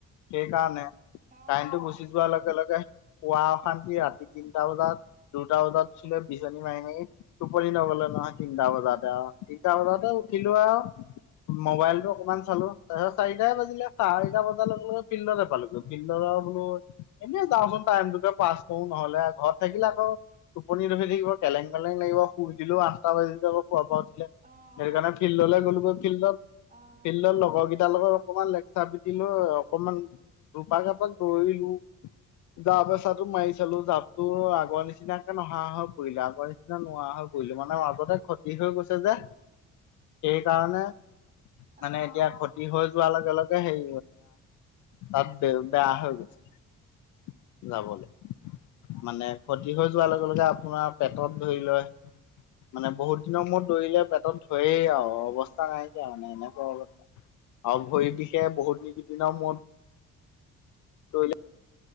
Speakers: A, on the left (about 75°); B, on the right (about 25°).
A: সেইকাৰণে
B: অ',
A: কাৰেণ্টটো গুচি যোৱাৰ লগে লগে শুৱা অশান্তি ৰাতি তিনটা বজাত দুটা বজাতছিলে বিচনী মাই মাই টোপনি নগলো নহয় তিনিটা বজাতে আও তিনটা বজাতে উঠিলো আও মবাইলতটো অকনমান চালো তাৰপিছত চাৰিটাই বাজিলে চাৰিটা বজাৰ লগে লগে ফিল্ডত পালোগে ফিল্ডবোলো এনেই যাওঁচোন টাইমটোকে পাছ কৰো নহলে ঘৰত থাকিলে আকৌ টোপনি ধৰি থাকিব কেলেং কেলেং লাগিব শুই দিলো আঠটা বাজি যাব খোৱাৰ পৰা উঠিলে
B: অ',
A: সেই কাৰণে ফিল্ডলে গলো গৈ ফিল্ডত
B: অ',
A: ফিল্ডৰ লগৰ কেইটাৰ লগত অকমান লেকচাৰ পিটিলো অকমান এপাক এপাক দৌৰিলোঁ জাপ এচাটো মাৰি চালো জাপতো আগৰ নিচিনাকে নহা হৈ পৰিলে আগৰ নি নিচিনা নোৱাৰা হৈ পৰিলো মানে মাজতে খতি হৈ গৈছে যে সেই কাৰণে মানে
B: অ',
A: এতিয়া খতি হৈ যোৱাৰ লগে লগে সেই তাত ব বেয়া হৈ গৈছে যাবলৈ মানে ক্ষতি হৈ যোৱাৰ লগে লগে আপোনাৰ পেটত ধৰি লয় মানে বহুত দিনৰ মূৰত দৌৰিলে পেটত ধৰেই আৰু অৱস্থা নাইকিয়া মানে এনেকুৱা অৱস্থা আৰু ভৰি বিষে বহুতকেইদিনৰ মূৰত <unintelligible>